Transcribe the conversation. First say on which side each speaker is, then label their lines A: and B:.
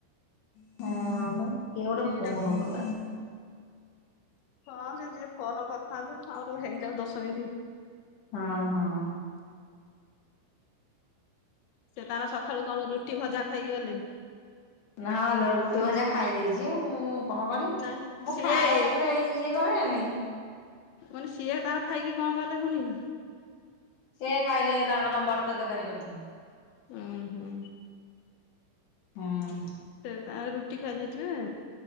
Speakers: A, on the left (about 50°); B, on the left (about 85°).
A: <inaudible> କିଏ ଗୋଟେ
B: ଦିଟା
A: ଫୋନ କ
B: ହଁ ସେ ଯିଏ ଫୋନ କରିଥାନ୍ତୁ ଆମର ହେଇଯାଉ ଦଶ ମିନ୍ ଟି।
A: ହଁ ହଁ।
B: ସେ ତାର ସକାଳୁ କଣ ରୁଟି ଭଜା ଖାଇକି ଗଲେ?
A: ନାଆଁ ଲୋ ରୁଟି ଭଜା ଖାଇ ଦେଇଛି ମୁଁ। ଉଁ କଣ କନି?
B: ନା
A: ମୁଁ
B: ସିଏ
A: ଖାଏ ଏକ୍
B: ତୁ
A: ରେ ଇଏଭ କରିବେନି
B: ମାନେ ସିଏ ତାର ଖାଇକି କଣ କଲେ ପୁଣି?
A: ସେ ଖାଇଲେ ତାଙ୍କର ମଟର୍ ତର୍ ର୍କାରୀ କରିଥିନି।
B: ଉଁ ହୁଁ।
A: ହୁଁ।
B: ସେ ତଙ୍କର ରୁଟି ଖାଇ ଦେଇେଥିବେ।